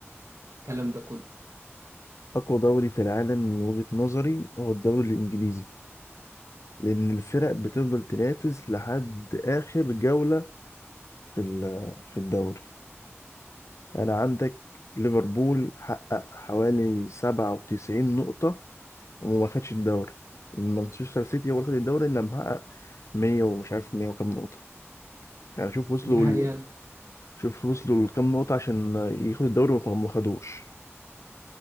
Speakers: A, on the right; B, on the left.
A: والكلام ده كله
B: أقوى دوري في العالم من وجهة نظري هو الدوري الإنجليزي لأن الفرق بتفضل تنافس لحد آخر جولة في ال- في الدوري أنا عندك ليفربول حقق حوالي 97 نقطة وما خدش الدوري مانشستر سيتي هو اللي خد الدوري اللي محقق 100 ومش عارف 100 وكام نقطة يعني شوف وصلوا
A: دي حقيقه
B: ال... شوف وصلوا لكام نقطة عشان ياخد الدوري وما ما خدوش